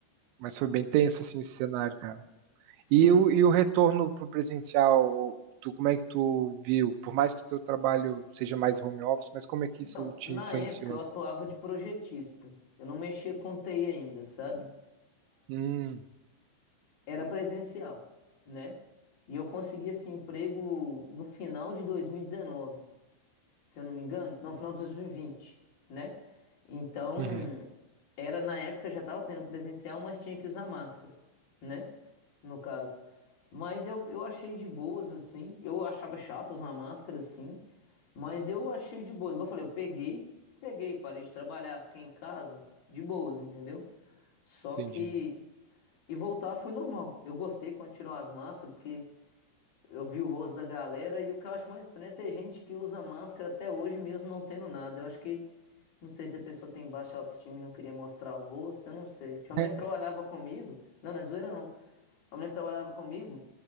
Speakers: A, on the right; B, on the left.
A: mas foi bem tenso assim, esse cenário, cara.
B: Sim,
A: E o, e o retorno pro presencial, tu, como é que tu viu? Por mais que o teu trabalho seja mais home office, mas como é que
B: então,
A: isso te
B: na
A: influenciou?
B: época eu
A: assim?
B: atuava de projetista. Eu não mexia com TI ainda, sabe?
A: Hum,
B: era presencial, né? E eu consegui esse emprego no final de 2019, se eu não me engano, não, final de 2020, né? Então,
A: uhum,
B: era na época já estava tendo presencial, mas tinha que usar máscara, né? No caso. Mas eu, eu achei de boas assim. Eu achava chato usar máscara assim, mas eu achei de boas. Igual eu falei, eu peguei, peguei, parei de trabalhar, fiquei em casa de boas, entendeu? Só
A: entendi.
B: que e voltar foi normal. Eu gostei quando tirou as máscaras, porque eu vi o rosto da galera. E o que eu acho mais estranho é ter gente que usa máscara até hoje, mesmo não tendo nada. Eu acho que. Não sei se a pessoa tem baixa autoestima e não queria mostrar o rosto, eu não sei. Tinha
A: <laughs>
B: uma mulher que trabalhava comigo. Não, não é zoeira não. A mulher que trabalhava comigo,